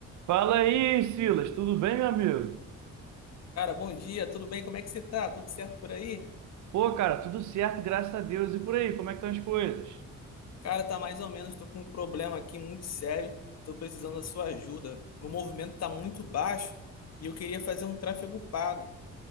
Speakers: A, on the right (about 70°); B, on the left (about 60°).
A: Fala aí, Silas, tudo bem, meu amigo?
B: Cara, bom dia, tudo bem? Como é que você tá? Tudo certo por aí?
A: Pô, cara, tudo certo, graças a Deus. E por aí, como é que estão as coisas?
B: Cara, tá mais ou menos, tô com um problema aqui muito sério, tô precisando da sua ajuda. Meu movimento tá muito baixo e eu queria fazer um tráfego pago.